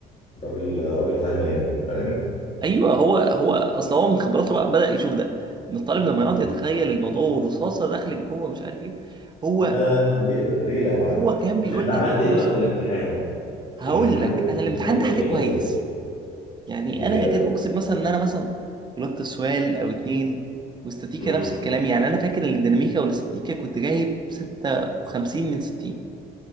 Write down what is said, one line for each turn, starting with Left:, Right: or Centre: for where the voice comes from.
Left: راجل راجل فهمان <laughs> فاهم
Right: ايوه هو هو اصل هو من خبراته بقى بدأ يشوف ده ان الطالب لما
Left: مم.
Right: يقعد يتخيل الموضوع والرصاصة دخلت جوه مش عارف ايه هو
Left: يا ليلى ليلى يا معلم
Right: هو كان بيقول
Left: طب انت عملت
Right: لك بكل
Left: ايه
Right: بساطة
Left: بقى في الامتحان
Right: هقول
Left: في الامتحان
Right: لك
Left: جوه
Right: انا الامتحان
Left: امتحان الديناميكا
Right: ده حليه كويس
Left: جوه
Right: يعني
Left: بجد
Right: انا اكاد اكسب مثلا ان انا مثلا غلطت سؤال او اتنين واستاتيكا
Left: امم
Right: نفس الكلام يعني انا فاكر الديناميكا والاستاتيكا كنت جايب 56 من 60